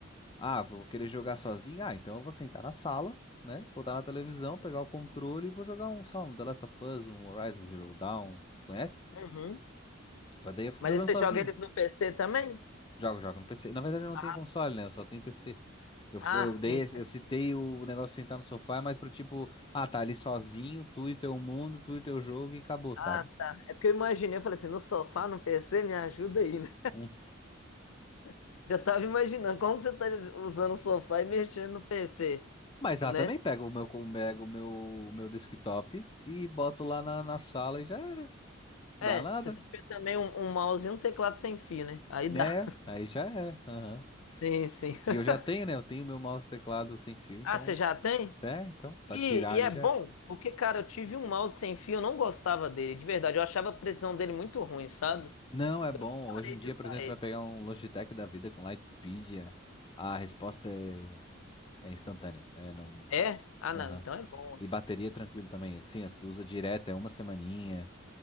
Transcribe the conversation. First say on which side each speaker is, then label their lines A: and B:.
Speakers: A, on the left; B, on the left.
A: Ah, vou querer jogar sozinho? Ah, então eu vou sentar na sala, né? Botar na televisão, pegar o controle e vou jogar um, sei lá, um The Last of Us, um Horizon Zero Dawn. Conhece?
B: Uhum.
A: Pra daí eu fico
B: Mas
A: jogando
B: aí você
A: sozinho.
B: joga eles no PC também?
A: Jogo, jogo no PC. Na verdade eu não
B: Ah,
A: tenho console,
B: sim.
A: né? Eu só tenho PC. Eu, f-
B: Ah,
A: eu
B: sim.
A: dei, esse- eu citei o negócio de sentar no sofá, mas pro tipo, ah, tá ali sozinho, tu e teu mundo, tu e teu jogo e acabou, sabe?
B: Ah, tá. É porque eu imaginei, eu falei assim, no sofá, no PC, me ajuda aí, né?
A: Hum.
B: <laughs> Já tava imaginando como que você tá usando o sofá e mexendo no PC,
A: Mas
B: né?
A: ah, também pego o meu, co- pego o meu, o meu desktop e boto lá na, na sala e já era.
B: É,
A: Dá nada,
B: se você tiver também um, um mouse e um teclado sem fio, né? Aí
A: né?
B: dá. <laughs>
A: Aí já era. Aham.
B: Sim, sim.
A: E
B: <laughs>
A: eu já tenho, né? Eu tenho meu mouse e teclado sem fio, então.
B: Ah, você já tem?
A: É, então, só
B: E,
A: tirar
B: e
A: ali
B: é
A: já
B: bom,
A: era.
B: porque, cara, eu tive um mouse sem fio, eu não gostava dele, de verdade. Eu achava a precisão dele muito ruim, sabe?
A: Não, é bom.
B: Parei
A: Hoje em
B: de
A: dia,
B: usar
A: por exemplo,
B: ele.
A: tu vai pegar um Logitech da vida com Lightspeed, é- a resposta é, é instantânea. É, não.
B: É? Ah,
A: Aham.
B: não, então é bom.
A: E bateria é tranquilo também. Sim, se tu usa direto, é uma semaninha.